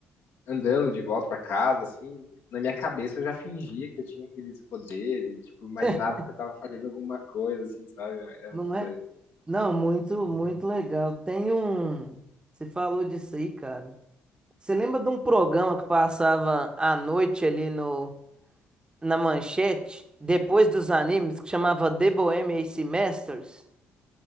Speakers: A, on the left; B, on the right.
A: andando de volta pra casa, assim, na minha cabeça eu já fingia que eu tinha aqueles poderes, tipo, imaginava
B: <laughs>
A: que eu tava fazendo alguma coisa, assim, sabe? É é
B: Não
A: muito doido.
B: é? Não, muito,
A: Uhum.
B: muito legal. Tem um. Você falou disso aí, cara. Você lembra de um programa que passava à noite ali no na manchete, depois dos animes, que chamava The Bohemian Semesters?